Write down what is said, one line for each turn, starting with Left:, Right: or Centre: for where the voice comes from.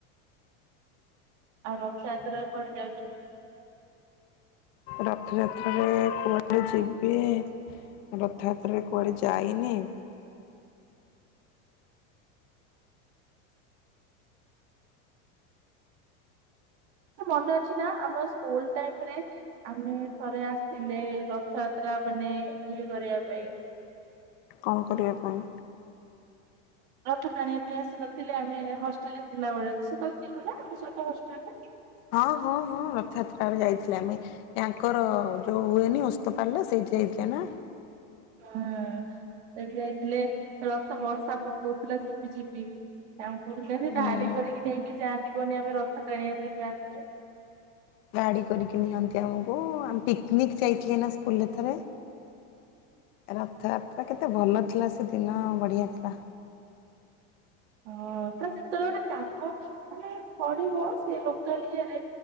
Right: ଆଉ ରଥଯାତ୍ରା କୁ କୁଆଡେ ଯାଉଚୁ?
Left: ରଥଯାତ୍ରାରେ କୁଆଡ଼େ ଯିବି? ରଥଯାତ୍ରାରେ କୁଆଡ଼େ ଯାଇନି।
Right: ମନେ ଅଛି ନା ଆମ ସ୍କୁଲ ଟାଇମରେ- - ଆମେ ଥରେ ଆସିଥିଲେ ରଥଯାତ୍ରା ମାନେ ଇଏ କରିବା ପାଇଁ।
Left: କଣ କରିଆ ପାଇଁ?
Right: ରଥ ଟାଣିବା ପାଇଁ ଆସି ନଥିଲେ ଆମେ ହଷ୍ଟେଲ ରେ ଥିଲାବେଳେ। ସେ ତାହେଳେ ଥିଲୁ ନା ଆମ ସହିତ ହଷ୍ଟେଲ ରେ।
Left: ହଁ ହଁ ହଁ ରଥଯାତ୍ରାରେ ଯାଇଥିଲେ ଆମେ। ୟାଙ୍କର ଯୋଉ ହୁଏନି ଓସ୍ତପାଲେ ସେଇଠି ଯାଇଥିଲେ ନା?
Right: ହଁ ସେଠି ଯାଇଥିଲେ ରଥ ବର୍ଷା ପକଉଥିଲା ଝିପିଝିପି। ଆଉ କହୁନ୍ତି ଧାଡ଼ି
Left: ଉଁ
Right: କରିକି ନେଇକି ଯାଆନ୍ତି କହୁହନି ଆମେ ରଥ ଟାଣିବା ପାଇଁ ଯାଆନ୍ତି ଯୋଉ।
Left: ଗାଡି କରିକି ନିଅନ୍ତି ଆମକୁ ଆମେ ପିକ୍‌ନିକ୍ ଯାଇଥିଲେ ନା ସ୍କୁଲରେଥରେ। ରଥଯାତ୍ରା କେତେ ଭଲ ଥିଲା ସେ ଦିନ ବଢ଼ିଆ ଥିଲା।
Right: ହଁ ତ ଯେତେବେଳେ ଗୋଟେ କାମ ମାନେ ପଡିବ ସେ ଲୋକାଲ ଇଏରେ